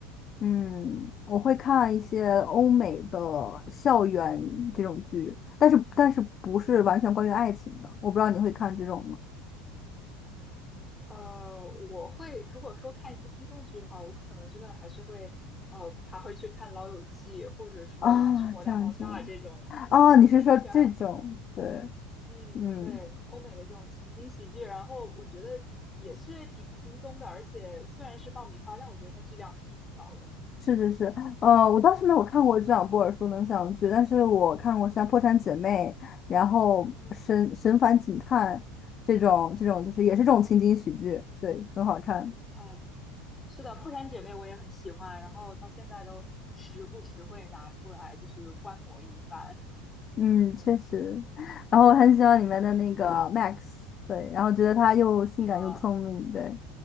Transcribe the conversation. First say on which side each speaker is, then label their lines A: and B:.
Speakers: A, on the left (about 40°); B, on the left (about 20°).
A: 嗯，我会看一些欧美的校园这种剧，但是但是不是完全关于爱情的，
B: 嗯。
A: 我不知道你会看这种吗？
B: 呃，我会如果说看一些轻松剧的话，我可能真的还是会，呃，他会去看《老友记》，或者说看《生活大爆炸》这种。
A: 啊，这样子啊，你是说这种？
B: 我是挺喜欢，
A: 对，
B: 嗯，
A: 嗯，
B: 对，欧美的这种情景喜剧，然后我觉得也是挺轻松的，而且虽然是爆米花，但我觉得它质量其实挺高的。
A: 是是是，呃，我倒是没有看过这两部耳熟能详的剧，但是我看过像《破产姐妹》，然后神《神烦警探》这种这种，
B: 嗯嗯，
A: 就是也是这种情景喜剧，对，很好看。
B: 啊，是的，《破产姐妹》我也很喜欢，然后到现在都时不时会拿出来就是观摩一番。
A: 嗯，确实。然后我很喜欢里面的那个 Max，对，然后觉得他又性感又聪明，
B: 啊。
A: 对，